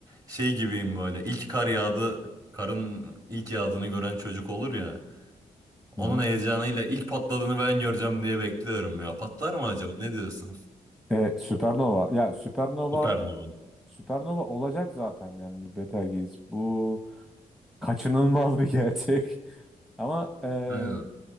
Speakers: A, on the right; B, in the centre.
A: Şey gibiyim böyle ilk kar yağdı karın ilk yağdığını gören çocuk olur ya.
B: Hı
A: Onun
B: hı.
A: heyecanıyla ilk patladığını ben göreceğim diye bekliyorum ya. Patlar mı acaba? Ne diyorsun?
B: E, Süpernova. Ya Süpernova
A: <laughs> Süpernova.
B: Süpernova olacak zaten yani Betelgeuse. Bu kaçınılmaz bir gerçek. <laughs> Ama e,
A: Aynen.